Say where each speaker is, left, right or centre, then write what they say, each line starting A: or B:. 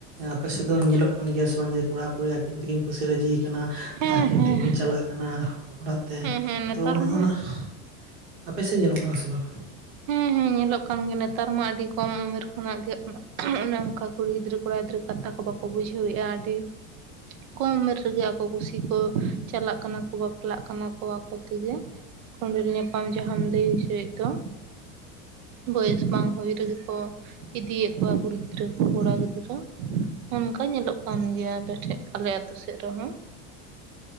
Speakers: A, on the right; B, on the right.
A: ᱟᱯᱮ ᱥᱮᱫ ᱫᱚ ᱧᱮᱞᱚᱜ ᱠᱟᱱ ᱜᱮᱭᱟ ᱥᱮ ᱵᱟᱝ ᱡᱮ ᱠᱚᱲᱟ ᱠᱩᱲᱤ ᱟᱹᱠᱤᱱ ᱛᱮᱠᱤᱱ ᱠᱩᱥᱤ ᱨᱟᱹᱡᱤ ᱠᱟᱱᱟ
B: ᱦᱮᱸ
A: ᱟᱹᱠᱤᱱ
B: ᱦᱮᱸ
A: ᱛᱮᱠᱤᱱ ᱪᱟᱞᱟᱜ ᱠᱟᱱᱟ ᱚᱲᱟᱜ ᱛᱮ
B: ᱦᱮᱸ ᱦᱮᱸ ᱱᱮᱛᱟᱨ
A: ᱛᱚ ᱚᱱᱟ
B: ᱢᱟ
A: ᱚᱱᱟ <unintelligible> ᱟᱯᱮ ᱥᱮᱫ ᱧᱮᱞᱚᱜ ᱠᱟᱱᱟ ᱥᱮ ᱵᱟᱝ
B: ᱦᱮᱸ ᱦᱮᱸ ᱧᱮᱞᱚᱜ ᱠᱟᱱ ᱜᱮᱭᱟ ᱱᱮᱛᱟᱨ ᱢᱟ ᱟᱹᱰᱤ ᱠᱚᱢ ᱩᱢᱮᱨ ᱠᱷᱚᱱᱟᱜ ᱜᱮ ᱩᱱᱟᱹᱜ <unintelligible> ᱚᱱᱮ ᱚᱱᱠᱟ ᱠᱩᱲᱤ ᱜᱤᱫᱽᱨᱟᱹ ᱠᱚᱲᱟ ᱜᱤᱫᱽᱨᱟᱹ ᱠᱟᱛᱷᱟ ᱠᱚ ᱵᱟᱠᱚ ᱵᱩᱡᱷᱟᱹᱣᱮᱜᱼᱟ ᱟᱹᱰᱤ ᱠᱚᱢ ᱩᱢᱮᱨ ᱨᱮᱜᱮ ᱟᱠᱚ ᱠᱩᱥᱤ ᱠᱚ ᱪᱟᱞᱟᱜ ᱠᱟᱱᱟ ᱠᱚ ᱵᱟᱯᱞᱟᱜ ᱠᱟᱱᱟ ᱠᱚ ᱟᱠᱚ ᱛᱮᱜᱮ ᱠᱚᱸᱰᱮᱞ ᱧᱟᱯᱟᱢ ᱡᱟᱦᱟᱢ ᱞᱟᱹᱭ ᱚᱪᱚᱭᱮᱫ ᱫᱚ ᱵᱚᱭᱮᱥ ᱵᱟᱝ ᱦᱩᱭ ᱨᱮᱜᱮ ᱠᱚ ᱤᱫᱤᱭᱮᱫ ᱠᱚᱣᱟ ᱠᱩᱲᱤ ᱜᱤᱫᱽᱨᱟᱹ ᱠᱚ ᱠᱚᱲᱟ ᱜᱤᱫᱽᱨᱟᱹ <inaudible> ᱚᱱᱠᱟ ᱧᱮᱞᱚᱜ ᱠᱟᱱ ᱜᱮᱭᱟ ᱟᱞᱮ ᱴᱷᱮᱡ ᱟᱞᱮ ᱟᱹᱛᱩ ᱥᱮᱫ ᱨᱮᱦᱚᱸ